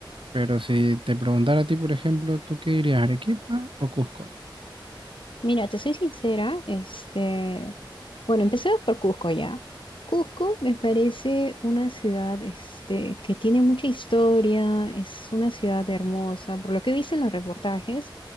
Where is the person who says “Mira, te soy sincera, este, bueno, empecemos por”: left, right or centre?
Left